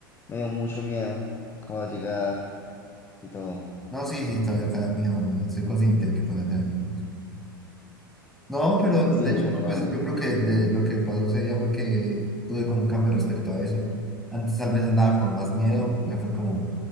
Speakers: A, on the left (about 20°); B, in the centre.
A: me dio mucho miedo, como a llegar y todo.
B: No, sí, sí, todavía te da miedo, man, soy consciente de que todavía te da miedo. No, pero
A: Sí,
B: de
A: de
B: hecho
A: vez
B: no,
A: en cuando.
B: pues yo creo que de- lo que pasó ese día fue que tuve como un cambio respecto a eso. Antes tal vez andaba con más miedo, ya fue como,